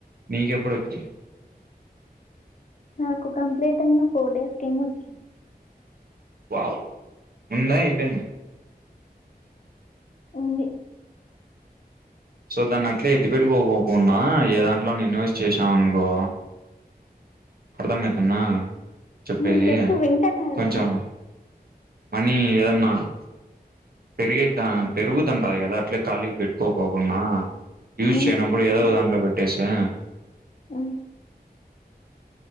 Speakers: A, on the right; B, on the left.
A: నీకెప్పుడు వచ్చింది
B: నాకు కంప్లీట్ అయిన ఫోర్ డేస్ కేమో వచ్చింది
A: వావ్ ఉందా అయిపోయింద
B: ఉంది
A: సో దాన్ని అట్లే ఎత్తి పెట్టుకోకోకుండా ఏ దాంట్లో అన్న ఇన్వెస్ట్ చేసాం అనుకో అర్థం అవుతుందా చెప్పేది
B: నువ్వు చెప్పు వింటాను కదా
A: కొంచెం మనీ ఏదన్నా పెరిగే కా పెరుగుతుంటది కదా అట్లే ఖాళీకి పెట్టుకోపోకున్న యూస్
B: ఉమ్,
A: చేయనప్పుడు ఏదో ఒక దాంట్లో పెట్టేచ్చుగా
B: ఉ